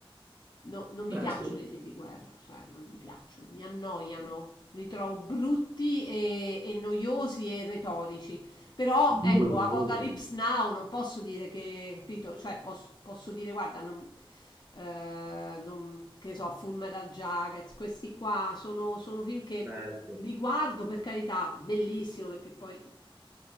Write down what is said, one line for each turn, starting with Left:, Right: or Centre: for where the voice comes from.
Left: No, non mi
Right: Beh,
Left: piacciono
Right: sì.
Left: i film di guerra, cioè non mi piacciono, mi annoiano, li trovo brutti e, e noiosi e retorici. Però ecco,
Right: Noioso.
Left: Apocalypse Now non posso dire che, capito? Cioè posso, posso dire, guarda, non, eh, non- che so, Full Metal Jacket, questi qua sono, sono film che
Right: Eh, sì.
Left: li guardo per carità, bellissimo perché poi